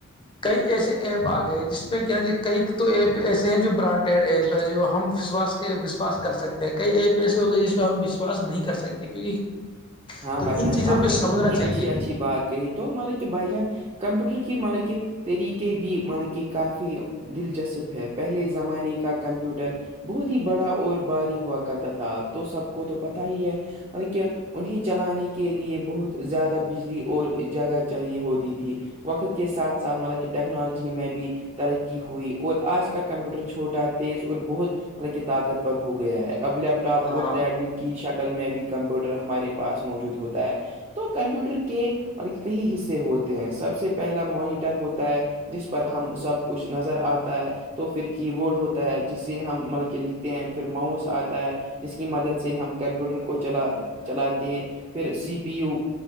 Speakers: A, on the left; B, on the right.
A: کئی ایسے ایپ آ گئے جس پہ کیا کئی تو ایپ ایسے ہیں جو برانڈ ایپ ہے جو ہما کے وشواس کر سکتے ہیں کئی ایپ ایسے ہو گئے جس پہ ہم وشواس نہیں کر سکتے کیونکہ
B: ہاں
A: تو
B: بھائی
A: ان
B: جان
A: چیزوں
B: آپ
A: پہ
B: نے
A: سمجھنا
B: بہت ہی
A: چاہیے
B: اچھی اچھی بات کہی تو مطلب کہ بائی جان کمپیوٹر کی مطلب کہ طریقے بھی مطلب کہ کافی دلچسپ ہے پہلے زمانے کا کمپیوٹر بہت ہی بڑا اور باری ہوا کرتا تھا تو سب کو تو پتاہ ہی ہے مط کہ انہیں چلانے کے لیے بہت زیادہ بجلی اور جگہ چاہیے ہوتی تھی وقت کے ساتھ ساتھ مطلب کہ ٹیکنالوجی میں بھی ترقی ہوئی اور آج کا کمپیوٹر چھوٹا تیز اور بہت مطلب کہ طاقتور ہو گیا ہے اب لیپٹ اپ
A: ہاں
B: اور ٹیبل کی شکل میں بھی کمپیوٹر ہمارے پاس موجود ہوتا ہے تو کمپیوٹر کے مطلب کئی حصے ہوتے ہیں سب سے سے پہلا مانیٹر ہوتا ہے جس پر ہم سب کچھ نظر آتا ہے تو پھر کی بورڈ ہوتا ہے جس سے ہم مطلب کہ لکھتے ہیں پھر ماؤوس آتا ہے جس کی مدد سے ہم کمپیوٹر کو چلا چلاتے ہیں پھر سی پی یو